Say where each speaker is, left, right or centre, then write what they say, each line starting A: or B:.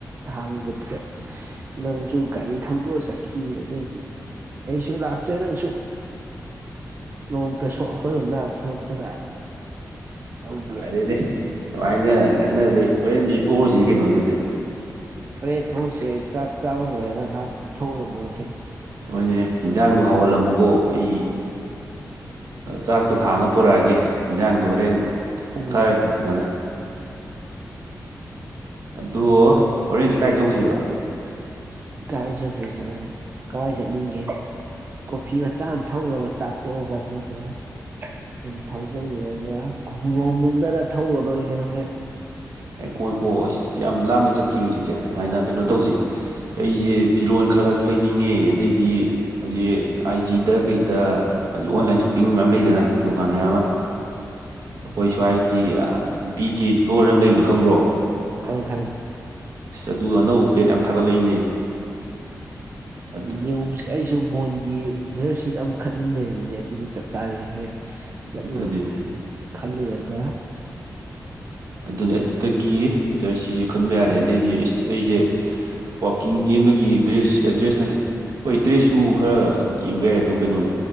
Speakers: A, on the right; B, on the right.
A: ꯊꯥꯡꯉꯤꯕꯗꯨꯗ ꯅꯪꯁꯨ ꯒꯥꯔꯤ ꯊꯧꯗꯣꯛꯑ ꯆꯠꯈꯤꯑ ꯑꯗꯩꯗꯤ ꯑꯩꯁꯨ ꯂꯥꯛꯇ꯭ꯔꯦ ꯅꯪꯁꯨ ꯅꯣꯡꯃꯇꯁꯨ ꯑꯩꯈꯣꯏꯔꯣꯝꯗ ꯊꯣꯛꯂꯛꯇꯅ ꯇꯧꯗꯦ
B: ꯐꯔꯦꯅꯦ ꯁꯨꯃꯥꯏꯅ ꯉꯥꯡꯅꯗꯩ ꯍꯣꯔꯦꯟꯗꯤ ꯊꯣꯛꯑꯣꯔꯁꯤꯗꯤ ꯀꯩꯅꯣ ꯑꯗꯨꯗꯤ
A: ꯍꯣꯔꯦ ꯊꯣꯛꯎꯁꯦ ꯆꯥꯛ ꯆꯥꯕ ꯂꯣꯏꯔ ꯉꯥꯏꯍꯥꯛ ꯊꯣꯛꯎꯔ ꯂꯣꯏꯔꯦ ꯀꯩꯅꯣ ꯁꯨꯝ
B: ꯍꯣꯏꯅꯦ ꯏꯟꯖꯥꯡꯗꯣ ꯍꯥꯎꯍꯜꯂꯝꯃꯨꯀꯣ ꯑꯩ ꯆꯥꯛꯇꯣ ꯊꯥꯡꯉ ꯄꯣꯔꯛꯑꯒꯦ ꯌꯦꯟꯖꯥꯡꯗ ꯍꯣꯔꯦꯟ ꯐꯨꯛꯊꯔꯁꯦ
A: ꯎꯝ
B: ꯐꯖꯅ ꯑꯗꯣ ꯍꯣꯔꯦꯟꯁꯤ ꯀꯥꯏ ꯆꯧꯁꯦꯕ
A: ꯀꯥꯏ ꯆꯠꯇꯣꯏ ꯀꯋꯥꯏ ꯆꯠꯅꯤꯡꯒꯦ ꯀꯣꯐꯤ ꯃꯆꯥ ꯑꯝ ꯊꯛꯎꯔꯕ ꯆꯥꯛꯇꯣꯛꯑꯒ ꯑꯗꯨꯒ ꯁꯨꯝ ꯊꯧꯗꯔꯨꯔꯒ ꯈꯣꯡꯖꯣꯝ ꯂꯣꯝꯗꯔ ꯊꯧꯔꯗꯣꯔꯦ ꯀꯩꯅꯣ ꯍꯣꯔꯦꯟ
B: ꯑꯦ ꯉꯥꯏꯈꯣꯉꯥꯏꯈꯣ ꯑꯩꯁ ꯌꯥꯝ ꯂꯥꯞꯅ ꯆꯠꯈꯤꯔꯣꯏ ꯁꯤꯁꯦ ꯑꯅ ꯀꯩꯅꯣ ꯇꯧꯁꯦ ꯑꯩꯁꯦ ꯐꯤꯔꯣꯟ ꯈꯔ ꯈꯔꯁꯨ ꯂꯩꯅꯤꯡꯉꯦ ꯑꯗꯩꯗꯤ ꯍꯧꯖꯤꯛ ꯑꯥꯏꯖꯤꯗ ꯀꯩꯗ ꯍꯧꯖꯤꯛ ꯑꯣꯟꯂꯥꯏꯟ ꯁꯣꯞꯄꯤꯡ ꯃꯌꯥꯝ ꯂꯩꯗꯅ ꯗꯨꯀꯥꯟ ꯃꯌꯥꯝ ꯑꯃ ꯑꯩꯈꯣꯏ ꯁ꯭ꯋꯥꯏꯒꯤ ꯑ ꯕꯤ ꯀꯦ ꯏꯁꯇꯣꯔꯅ ꯑꯃ ꯂꯩꯕꯗꯨꯣ ꯈꯪꯕ꯭ꯔꯣ
A: ꯈꯪꯉꯤ ꯈꯪꯉꯤ
B: ꯑꯗꯨꯒ ꯑꯅꯧ ꯄꯦꯠ ꯌꯥꯝ ꯊꯥꯒꯠꯂꯛꯏꯅꯦ ꯑꯗꯨ
A: ꯌꯦ ꯁꯨ ꯕꯣꯟꯒꯤ ꯖꯔꯁꯤꯠ ꯑꯃ ꯈꯠꯅꯤꯡ ꯂꯩꯃꯤꯅꯦ ꯑꯗꯨꯗꯤ ꯆꯞ ꯆꯥꯔꯦ ꯍꯣꯔꯦꯟ ꯆꯠꯂꯨꯔꯒ
B: ꯑꯗꯨꯅꯦ
A: ꯍꯥꯏ ꯈꯜꯂꯨꯔꯒ
B: ꯑꯗꯨꯅꯤ ꯑꯗꯨꯗꯒꯤ ꯖꯔꯁꯤꯁꯨ ꯈꯟꯕ ꯌꯥꯔꯦ ꯑꯗꯩꯗꯤ ꯑꯩꯁ ꯑꯩꯁꯦ ꯋꯥꯛꯀꯤꯡ ꯆꯦꯟꯕꯒꯤ ꯗ꯭ꯔꯦꯁ ꯗ꯭ꯔꯦꯁ ꯅꯠꯇꯦ ꯍꯣꯏ ꯗ꯭ꯔꯦꯁꯁꯨ ꯈꯔ ꯌꯦꯡꯕ ꯌꯥꯏ ꯑꯗ ꯀꯩꯅꯣꯅꯦ